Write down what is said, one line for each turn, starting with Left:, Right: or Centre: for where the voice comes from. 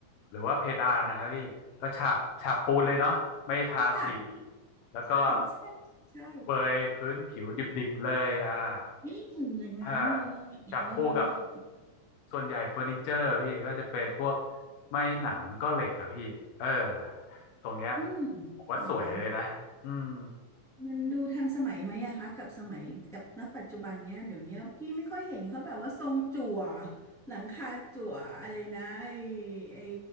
Left: หรือว่าเพดานนะครับพี่ก็ฉาบฉาบปูนเลยเนาะไม่ทาสี
Centre: ค่ะ
Left: แล้วก็
Centre: ใช่ใช่ใช่
Left: เปรยพื้นผิวดิบๆเลยอ่า
Centre: อืมอย่างนั้นเลยอย่างนั้นเลยฝัก
Left: อ่าจับคู่กับส่วนใหญ่เฟอร์นิเจอร์พี่ก็จะเป็นพวกไม้หนังก็เหล็กอะพี่เออตรงเนี้ย
Centre: อืม
Left: ผมว่าสวยเลยนะอืม
Centre: อย่างนั้น มันดูทันสมัยไหมอะคะกับสมัยกับณปัจจุบันเนี้ยเดี๋ยวเนี้ยพี่ไม่ค่อยเห็นเขาแบบว่าทรงจั่วหลังคาจั่วอะไรนะไอไอ